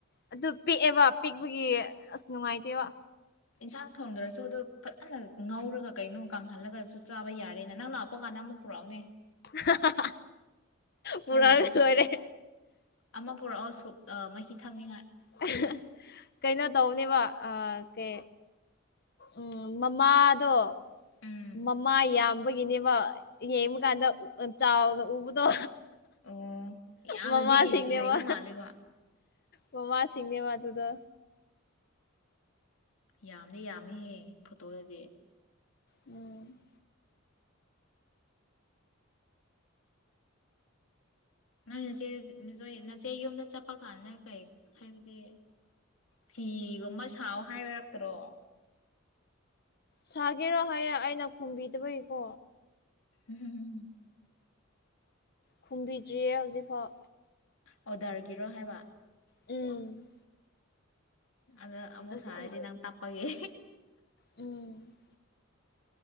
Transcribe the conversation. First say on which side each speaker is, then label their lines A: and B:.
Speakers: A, on the left; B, on the left.
A: ꯑꯗꯨ ꯄꯤꯛꯑꯦꯕ ꯄꯤꯛꯄꯒꯤ ꯑꯁ ꯅꯨꯡꯉꯥꯏꯇꯦꯕ
B: ꯏꯟꯁꯥꯡ ꯊꯣꯡꯗ꯭ꯔꯁꯨ ꯑꯗꯨ ꯐꯖꯅ ꯉꯧꯔꯒ ꯀꯩꯅꯣ ꯀꯥꯡꯍꯜꯂꯒꯁꯨ ꯆꯥꯕ ꯌꯥꯔꯦꯅ ꯅꯪ ꯂꯥꯛꯄ ꯀꯥꯟꯗ ꯑꯃꯨ ꯄꯨꯔꯥꯎꯅꯦ
A: ꯍꯥ ꯍꯥ ꯍꯥ ꯄꯨꯔꯥ
B: ꯁꯣꯏꯗꯕꯤꯗ
A: ꯂꯣꯏꯔꯦ
B: ꯑꯃ ꯄꯨꯔꯛꯑꯣ ꯁꯨꯞ ꯃꯍꯤ ꯊꯛꯅꯤꯡꯉꯥꯏ
A: <unintelligible> ꯀꯩꯅꯅꯣ ꯇꯧꯅꯦꯕ ꯀꯦ ꯎꯝ ꯃꯃꯥꯗꯣ
B: ꯎꯝ
A: ꯃꯃꯥ ꯌꯥꯝꯕꯒꯤꯅꯦꯕ ꯌꯦꯡꯕꯀꯥꯟꯗ ꯆꯥꯎꯅ ꯎꯕꯗꯣ
B: ꯑꯣ ꯌꯥꯝꯅꯗꯤ
A: ꯃꯃꯥꯁꯤꯡꯅꯦꯕ
B: ꯂꯩꯕ ꯃꯥꯜꯂꯦꯕ
A: ꯃꯥꯃꯥꯁꯤꯡꯅꯦꯕ ꯃꯥꯗꯨꯗ
B: ꯌꯥꯝꯗꯤ ꯌꯥꯝꯃꯤꯍꯦ ꯐꯣꯇꯣꯗꯗꯤ
A: ꯎꯝ
B: ꯅꯪ ꯅꯆꯦ ꯅ ꯅꯆꯦ ꯌꯨꯝꯗ ꯆꯠꯄ ꯀꯥꯟꯗ ꯀꯩ ꯍꯥꯏꯕꯗꯤ ꯐꯤꯒꯨꯝꯕ ꯁꯥꯎ ꯍꯥꯏꯕꯔꯛꯇ꯭ꯔꯣ
A: ꯁꯥꯒꯦꯔꯣ ꯍꯥꯏꯌꯦ ꯑꯩꯅ ꯈꯣꯝꯕꯤꯗꯕꯒꯤꯀꯣ
B: ꯍꯝ
A: ꯈꯨꯝꯕꯤꯗ꯭ꯔꯤꯌꯦ ꯍꯧꯖꯤꯛꯐꯥꯎ
B: ꯑꯣꯗꯔꯒꯤꯔꯣ ꯍꯥꯏꯕ
A: ꯎꯝ
B: ꯑꯗ ꯑꯃꯨꯛ
A: ꯑꯁꯤ
B: ꯁꯥꯔꯗꯤ ꯅꯪ ꯇꯞꯄꯒꯦ
A: ꯎꯝ